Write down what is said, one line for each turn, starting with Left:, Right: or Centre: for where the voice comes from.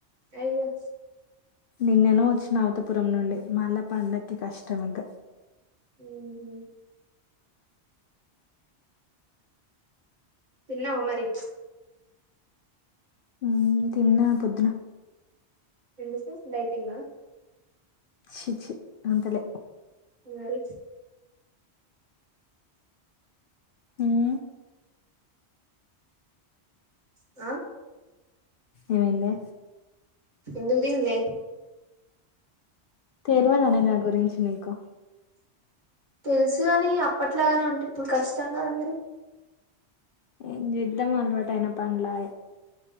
Right: అయ్యో
Left: నిన్నేనో వచ్చిన అవతపురం నుండి. మళ్ళా పండక్కి కష్టం ఇంక.
Right: ఉహు తిన్నవ మరి?
Left: మ్ తిన్న పొద్దున.
Right: ఎందుకు డైటింగా?
Left: చి చి అంతలే.
Right: మరి
Left: మ్
Right: ఆ
Left: ఏమైంది?
Right: ఎందుకు తిన్లే?
Left: తెల్వదానె నా గురించి నీకు?
Right: తెలుసు కాని, అప్పట్లాగనే ఉంటే ఇప్పుడు కష్టం కాద మరి!
Left: ఏం చేద్దాం! అలవాటయిన పన్లాయే.